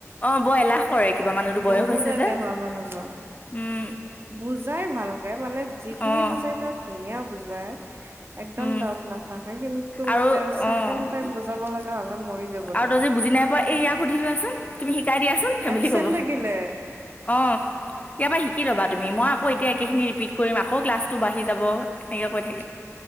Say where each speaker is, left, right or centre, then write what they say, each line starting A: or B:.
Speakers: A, on the left; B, on the right.
A: অ বৰ এলাহ কৰে কিবা মানুহতো বয়স
B: বহুত
A: হৈছে
B: এলেহুৱা
A: যে
B: মানুহজন।
A: উম
B: বুজাই ভালকে মানে যিখিনি
A: অ',
B: বুজাই তেওঁ ধুনীয়া বুজাই। একদম
A: উম,
B: দাউট নাথাকে কিন্তু
A: আৰু
B: তেওঁক ছেকেণ্ড
A: অ',
B: টাইম বুজাব লগা হলে মৰি যাব
A: আৰু
B: তেওঁ
A: তজি বুজি নাই পোৱা এই ইয়াক সুধি লোৱাচোন তুমি শিকাই দিয়াচোন সে
B: এবচেণ্ট
A: বুলি ক'ব।
B: থাকিলে
A: অ' ইয়াৰ পৰা শিকি ল'বা তুমি মই আকৌ এতিয়া একেইখিনি
B: অ
A: ৰিপিট কৰিম আকৌ ক্লাছটো বাঢ়ি যাব। এনেকে
B: উম,
A: কৈ থাকে